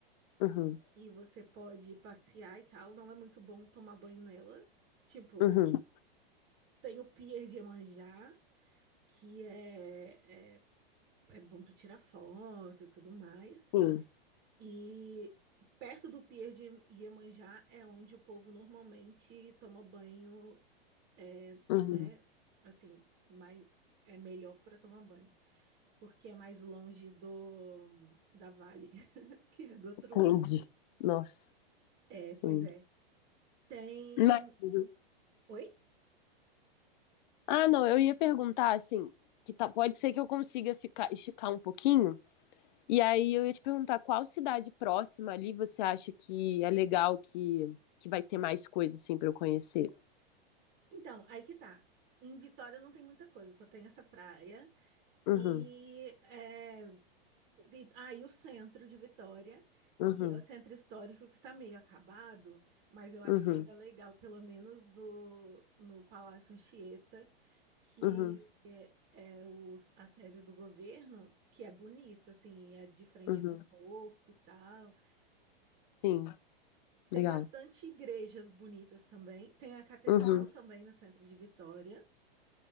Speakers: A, on the left; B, on the right.
A: uhum,
B: que você pode passear e tal. Não é muito bom tomar banho nela. Tipo,
A: uhum,
B: tem o Pier de Iemanjá, que é, é, é bom pra tirar foto e tudo mais.
A: sim,
B: E perto do Pier de Iemanjá é onde o povo normalmente toma banho, é,
A: uhum.
B: né? Assim, mas é melhor pra tomar banho, porque é mais longe do da Vale, <laughs> que é do outro
A: Entendi.
B: lado.
A: Nossa,
B: É,
A: sim.
B: pois é. Tem.
A: Mas, uhum.
B: Oi?
A: Ah, não, eu ia perguntar, assim, que tá, pode ser que eu consiga ficar, esticar um pouquinho, E aí eu ia te perguntar qual cidade próxima ali você acha que é legal que, que vai ter mais coisa assim pra eu conhecer?
B: Então, aí que tá. Em Vitória não tem muita coisa, só tem essa praia
A: Uhum,
B: e, é, o- e- ah, e o centro de Vitória,
A: uhum,
B: que é o centro histórico que tá meio acabado, mas eu acho
A: uhum,
B: que ainda é legal, pelo menos do, no Palácio Anchieta, que
A: uhum,
B: é é os, a sede do governo, que é bonito, assim, é de frente
A: uhum.
B: para o porto e tal.
A: Sim,
B: Tem
A: legal.
B: bastante igrejas bonitas também. Tem a catedral
A: Uhum,
B: também no centro de Vitória.